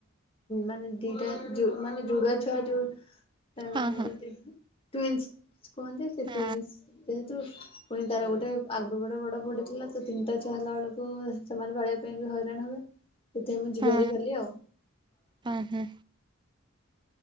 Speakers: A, on the left (about 30°); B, on the right (about 25°).
A: ମାନେ ଦିଟା ଜୁ ମାନେ ଯଉରା ଛୁଆ ଯୋଉ ତ ଟୁନ୍ସ
B: ହଁ ହଁ।
A: କୁହନ୍ତି ସେ
B: ହଁ
A: ଟୁଇନ୍ସ ଯେହେତୁ ପୁଣି ତାର ଗୋଟେ ଆଗରୁ ଗୋଟେ ବଡ ପୁଅଟେ ଥିଲା ସେ ତିନିଟା ଛୁଆ ହେଲା ବେଳକୁ ସେମାନେ ପାଲେଇବା ପାଇଁ ବି ହଇରାଣ ହବେ। ସେଥିପାଇଁ ମୁଁ ଯିବି
B: ହଁ
A: ହାରି କାଲି ଆଉ।
B: ହଁ ହଁ